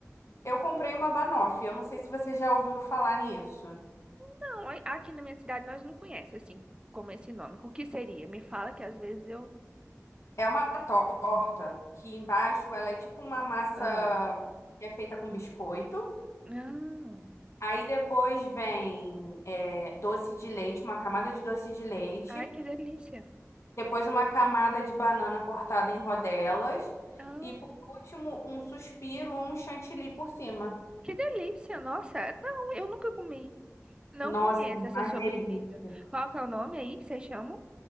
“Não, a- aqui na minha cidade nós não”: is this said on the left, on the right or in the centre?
Right